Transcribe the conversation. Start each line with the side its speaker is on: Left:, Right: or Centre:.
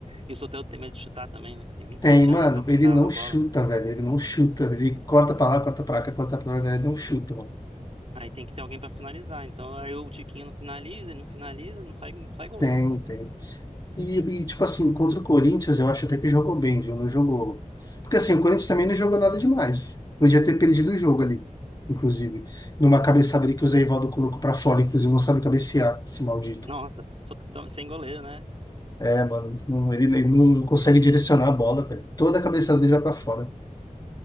Right: E o Soteldo tem medo de chutar também, né? Tem 27
Left: Tem, mano,
Right: anos, não sabe
Left: ele
Right: chutar
Left: não
Right: é uma bola,
Left: chuta,
Right: cara.
Left: velho, ele não chuta. Ele corta pra lá, corta pra cá, corta pra lá, ele não chuta, mano.
Right: Aí tem que ter alguém pra finalizar. Então, aí o Tiquinho não finaliza, ele não finaliza, não sai, não sai gol,
Left: Tem,
Right: cara.
Left: tem. E, e, tipo assim, contra o Corinthians, eu acho até que jogou bem, viu? Não jogou. Porque assim, o Corinthians também não jogou nada demais. Podia ter perdido o jogo ali, inclusive. Numa cabeçada ali que o Zé Ivaldo colocou pra fora, inclusive, não sabe cabecear, esse maldito.
Right: Nossa, tô tão- sem goleiro, né?
Left: É, mano, não- ele, ele não consegue direcionar a bola, velho. Toda a cabeçada dele vai pra fora.